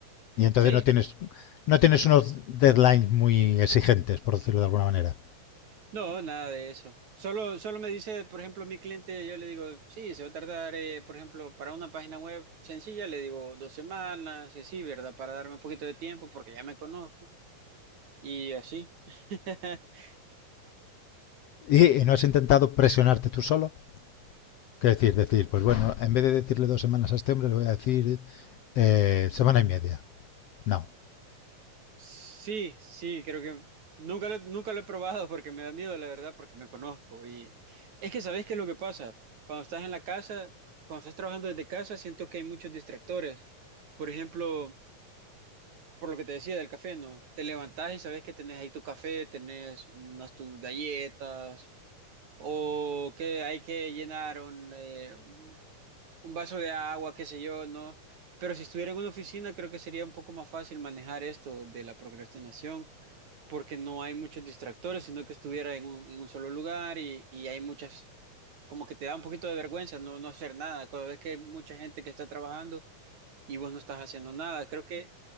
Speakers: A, on the left (about 75°); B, on the right (about 55°).
A: Y entonces
B: Sí,
A: no tienes, no tienes unos deadlines muy exigentes, por decirlo de alguna manera.
B: no, nada de eso. Solo, solo me dice, por ejemplo, mi cliente, yo le digo, sí, se va a tardar, eh, por ejemplo, para una página web sencilla, le digo dos semanas y así, ¿verdad? Para darme un poquito de tiempo porque ya me conozco. Y así. <laughs>
A: Y, y no has intentado presionarte tú solo. ¿Qué decir? Decir, pues bueno, en vez de decirle dos semanas a este hombre, le voy a decir eh, semana y media. No,
B: Sí, sí, creo que nunca lo, nunca lo he probado porque me da miedo, la verdad, porque me conozco. Y es que sabes qué es lo que pasa. Cuando estás en la casa, cuando estás trabajando desde casa, siento que hay muchos distractores. Por ejemplo, por lo que te decía del café, ¿no? Te levantás y sabes que tenés ahí tu café, tenés unas tus galletas, o que hay que llenar un, eh, un vaso de agua, qué sé yo, ¿no? Pero si estuviera en una oficina, creo que sería un poco más fácil manejar esto de la procrastinación, porque no hay muchos distractores, sino que estuviera en un, en un solo lugar y, y hay muchas, como que te da un poquito de vergüenza no, no hacer nada, cuando ves que hay mucha gente que está trabajando y vos no estás haciendo nada. Creo que